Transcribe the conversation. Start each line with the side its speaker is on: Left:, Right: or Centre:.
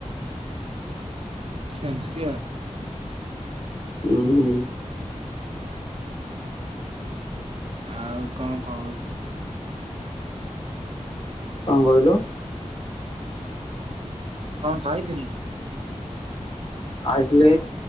Right: ସେମିତି ଆଉ।
Left: ହୁଁ ହୁଁ।
Right: ଆଉ କଣ କହୁଛି?
Left: କଣ କହିଲୁ?
Right: ହଁ ଖାଇଥିଲି।
Left: ଖାଇଥିଲି